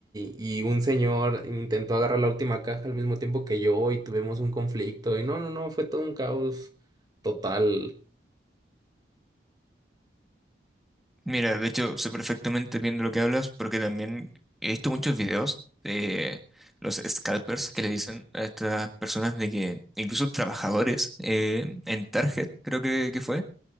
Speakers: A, on the right; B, in the centre.
A: y, y un señor intentó agarrar la última caja al mismo tiempo que yo y tuvimos un conflicto y no, no, no, fue todo un caos total.
B: Mira, de hecho, sé perfectamente bien de lo que hablas porque también he visto muchos videos de los scalpers que le dicen a estas personas de que incluso trabajadores eh, en Target, creo que, que fue.